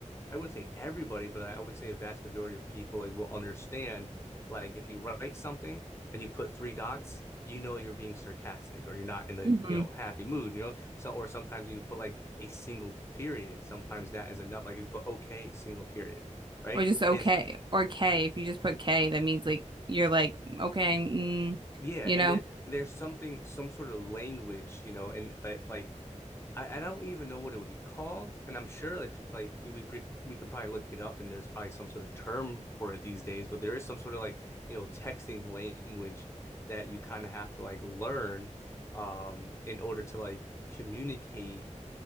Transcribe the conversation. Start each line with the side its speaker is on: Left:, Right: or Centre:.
Left: I wouldn't say everybody, but I, would say a vast majority of people like, will understand like if you write something and you put three dots, you know you're being sarcastic or you're not in the
Right: Mhm.
Left: you know happy mood, you know. So or sometimes you put like a single period. Sometimes that is enough. Like if you put okay, single period, right?
Right: Or just okay
Left: Is
Right: or K. If you just put K, that means like you're like okay, mm,
Left: yeah,
Right: you
Left: and
Right: know,
Left: there there's something some sort of language, you know, and that like I, I don't even know what it would be called, and I'm sure if like we we could probably look it up, and there's probably some sort of term for it these days. But there is some sort of like you know texting language that you kind of have to like learn um in order to like communicate.